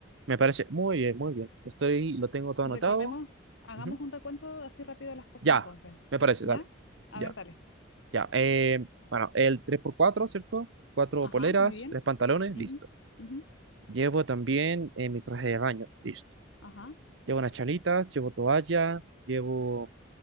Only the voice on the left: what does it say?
Recordemos,
hagamos
un recuento así rápido de las cosas
entonces.
¿Ya?
A
ver, dale.
Ajá,
muy bien.
Ujú,
ujú,
Ajá,